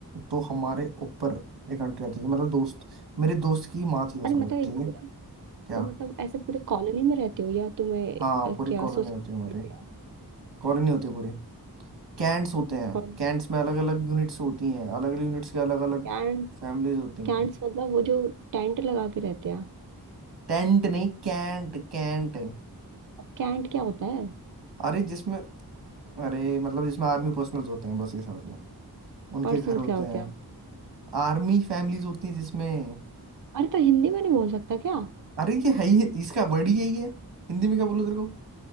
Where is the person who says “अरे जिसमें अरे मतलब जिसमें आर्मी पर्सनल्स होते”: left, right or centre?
Right